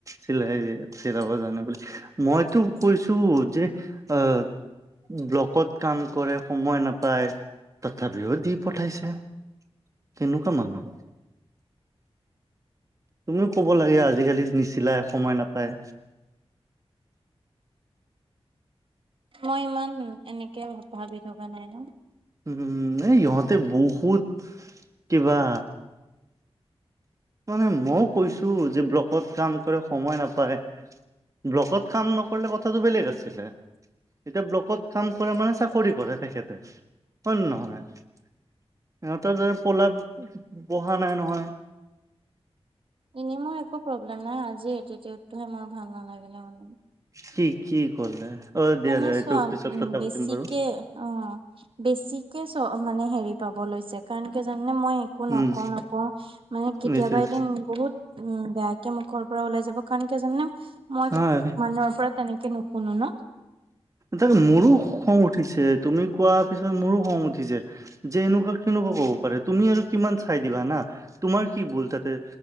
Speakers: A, on the right; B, on the right.
A: চিলাই চিলাব জানো বুলি। মই তোক কৈছো! যে অ ব্লকত কাম কৰে, সময় নাপায় তথাপিও দি পঠাইছে। কেনেকুৱা মানুহ। তুমিও ক'ব লাগে আজিকালি নিচিলাই, সময় নাপায়।
B: মই, ইমান এনেকে ভাবি থকা নাই ন!
A: উম, এই ইহঁতে বহুত কিবা মানে মইও কৈছো যে ব্লকত কাম কৰে, সময় নাপায়। ব্লকত কাম নকৰলে, কথাটো বেলেগ আছিলে। এতিয়া, ব্লকত কাম কৰে মানে চাকৰি কৰে তেখেতে হয়নে নহয়? সিহঁতৰ যদি পলাপ বহা নাই নহয়।
B: এনেই মই একো প্ৰব্লেম নাই! আজিৰ এটিটিউডটোহে মোৰ ভাল নালাগিলে মানে।
A: কি, কি কৰলে? অ দিয়া
B: মানে
A: দিয়া এইটোৰ
B: চোৱা
A: পিছত
B: উম
A: কথা
B: বেছিকে
A: পাতিম বাৰু।
B: অ, বেছিকে চ মানে হেৰি পাব লৈছে! কাৰণ কি জানানে মই একো নকওঁ
A: উম
B: নকওঁ! মানে, কেতিয়াবা
A: নিশ্চয়
B: এদিন বহুত উম বেয়াকে মুখৰ পৰা ওলাই যাব। কাৰণ কিয় জাননে? মই
A: হয়
B: মানুহৰ পৰা তেনেকে নুশুনো ন।
A: তাকে, মোৰো খং উঠিছে! তুমি কোৱা পিছত মোৰো খং উঠিছে। যে এনেকুৱা, কেনেকুৱা ক'ব পাৰে তুমি আৰু কিমান চাই দিবা না তোমাৰ কি ভুল তাতে।